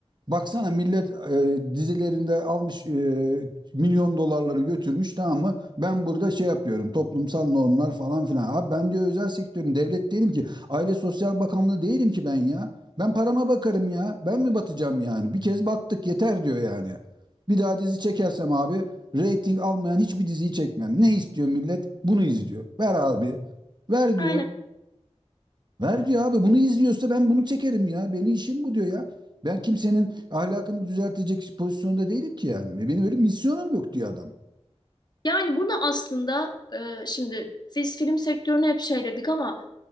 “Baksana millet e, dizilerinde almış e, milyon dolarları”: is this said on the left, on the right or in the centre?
Right